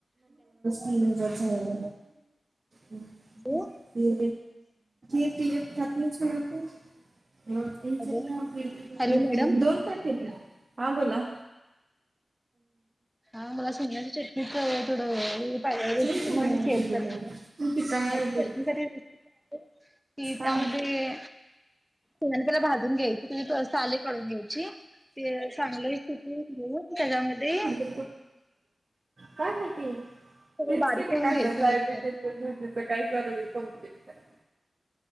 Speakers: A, on the right; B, in the centre.
A: तीन हजार झालेलं हम्
B: हॅलो
A: ती ऎकटी ऎक खाती ती मारपीट ह
B: हॅलो
A: ज म ह
B: हॅलो मॅडम
A: दोन हा बोला
B: हा मला सोंगची चटणीच थोडहि रेसिपी
A: ते
B: म्ह मी शेअर करणार सोंगची
A: काय
B: चटणी
A: बिल
B: सा रेसिप आहे की
A: हा
B: त्यामध्ये सने पला भाजून घ्यायची त त साले काढून घ्यायची ते चांगलं चिकवून घेऊन त्याच्यामध्ये
A: बोल काय माती
B: सगळं
A: तेच
B: बारीक
A: किती
B: करून
A: काशाच
B: घ्यायचं
A: आहे
B: मिक्सरला
A: ते्यझ काय चालू कंप्लीट करा